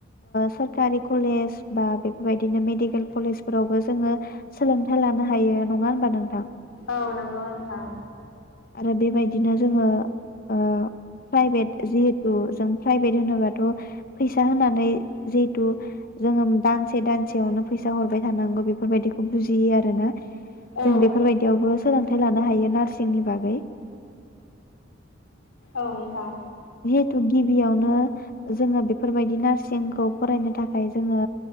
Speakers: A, on the left (about 45°); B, on the left (about 90°).
A: सोरखारि कलेज बा बेफोरबायदिनो मेडिकेल कलेजफोरावबो जोङो सोलोंथाइ लानो हायो नङा होनबा नोंथां?
B: औ नंगौ नोंथां
A: आरो बेबायदिनो जोङो ओ प्राइभेट जिहेथु जों प्राइभेट होनोबाथ' फैसा होनानै जि थु जोङो दानसे दानसेयावनो फैसा हरबाय थानांगौ बेफोरबायदिखौ बुजियो आरो ना।
B: औ
A: जों बेफोरबायदियावबो सोलों थाइ लानो हायो नार्सिंनि बागै
B: औ नोंथां
A: जिहेथु गिबियावनो जोङो बेफोरबायदि नार्सिं खौ फरायनो थाखाय जोङो